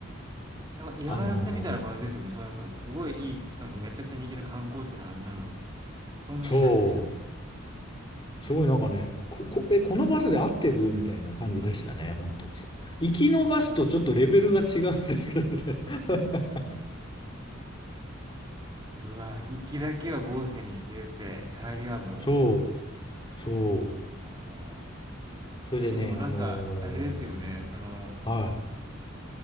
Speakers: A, on the right; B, on the left.
A: なんか嫌がらせみたいな感じですよね。
B: あの、
A: そんな、すごいいい、なんかめちゃくちゃ人気の観光地なはずなのに、そんなになんか
B: そう。すごいなんかね、こ、こ、え、このバスで合ってるみたいな感じでしたね、本当。行きのバスとちょっとレベルが違うんですけどね。<laughs>
A: うわ、行きだけは豪勢にしてて、帰りはも
B: そう、そう。
A: う、あ
B: それでね、
A: あ、でもなんか、
B: あのー
A: あれですよね、その、
B: は